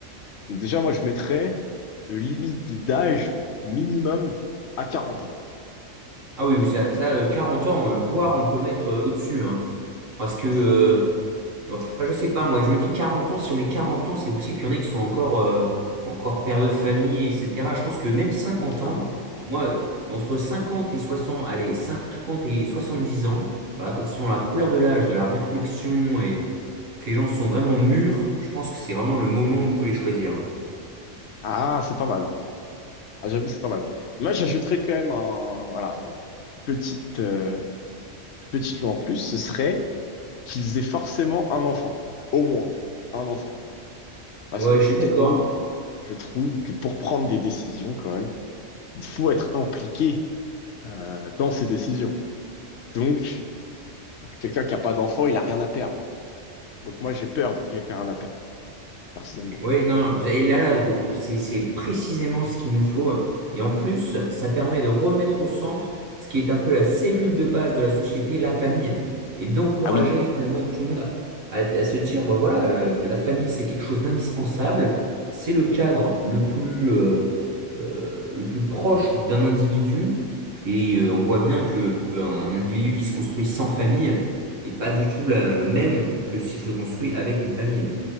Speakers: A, on the left (about 65°); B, on the right (about 80°).
A: Donc déjà, moi, je mettrais une limite d'âge minimum à 40 ans.
B: Ah oui, oui, ça, ça, euh, 40 ans, euh, voire on peut mettre euh, au-dessus, hein. parce que,
A: Ah,
B: euh,
A: c'est vrai.
B: enfin, je sais pas, moi, je me dis 40 ans, si on met 40 ans, c'est possible qu'il y en ait qui sont encore, euh, encore père de famille, etc. Je pense que même cinquante
A: Ah,
B: ans, moi, euh, entre 50 et 60, allez, 50 et 70 ans, voilà, quand ils sont à la fleur de l'âge, de la réflexion et que les gens sont vraiment mûrs, je pense que c'est vraiment le moment où il faut les choisir.
A: ah, c'est pas mal. Ah, j'avoue, c'est pas mal. Moi, j'ajouterais quand même un, voilà, une petite, euh, petite loi en plus, ce serait qu'ils aient forcément un enfant. Au moins, un enfant. Parce
B: Ouais,
A: que je
B: je suis
A: trouve,
B: d'accord.
A: je trouve que pour prendre des décisions, quand même, il faut être impliqué, euh, dans ces décisions. Donc, euh, quelqu'un qui n'a pas d'enfant, il a rien à perdre. Donc, moi, j'ai peur de quelqu'un qui a rien à perdre, personnellement.
B: Oui, non, vous- et là, là, vous- c'est c'est précisément ce qu'il nous faut. Et en plus, ça permet de remettre au centre ce qui est un peu la cellule de base de la société, la famille, et d'encourager
A: Ah oui,
B: finalement tout le monde à, à- à se dire, bah voilà, le- la famille, c'est quelque chose d'indispensable, c'est le cadre le plus, euh, euh, le plus proche d'un individu, et euh, on voit bien que euh, un individu qui se construit sans famille n'est pas du tout la- le même que s'il se construit avec une famille.